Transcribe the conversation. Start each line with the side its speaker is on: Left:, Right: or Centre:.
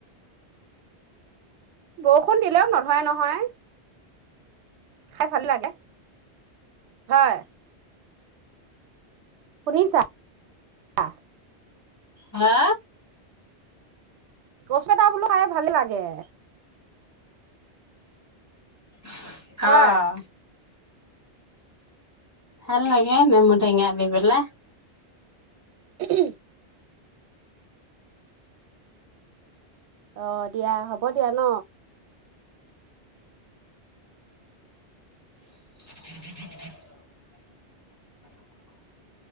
Right: বৰষুণ দিলেওঁ নধয় নহয়। খাই ভাল লাগে হয়। শুনিছা। আহ
Left: হা
Right: কচু এটা বোলোঁ খাই ভালে লাগে গে
Left: <inaudible>
Right: হয়।
Left: অহ' ভাল লাগে নেমু টেঙা দি পেলাই।
Right: <unintelligible> অ' দিয়া, হ'ব দিয়া ন।
Left: <inaudible>